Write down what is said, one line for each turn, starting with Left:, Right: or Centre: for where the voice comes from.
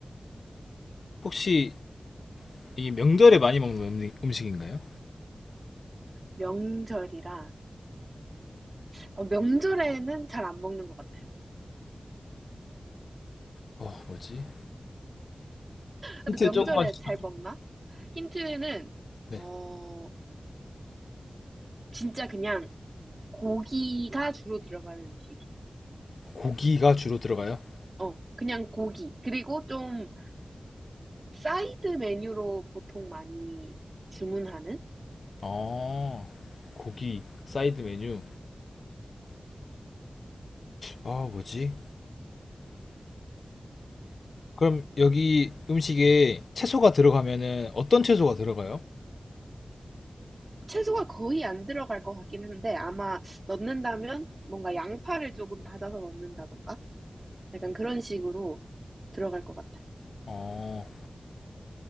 Left: 혹시 이 명절에 많이 먹는 음식, 음식인가요?
Right: 명절이라, 어, 명절에는 잘 안 먹는 것 같아요.
Left: 어, 뭐지?
Right: 근데
Left: 힌트
Right: 명절에
Left: 조금만 주세요.
Right: 잘 먹나? 힌트는,
Left: 네.
Right: 어, 진짜 그냥 고기가 주로 들어가는 음식이에요.
Left: 고기가 주로 들어가요?
Right: 어, 그냥 고기. 그리고 좀 사이드 메뉴로 보통 많이 주문하는?
Left: 아, 고기, 사이드 메뉴. 아, 뭐지? 그럼 여기 음식에 채소가 들어가면은 어떤 채소가 들어가요?
Right: 채소가 거의 안 들어갈 것 같긴 한데, 아마 넣는다면 뭔가 양파를 조금 다져서 넣는다던가? 약간 그런 식으로 들어갈 것 같아요.
Left: 어,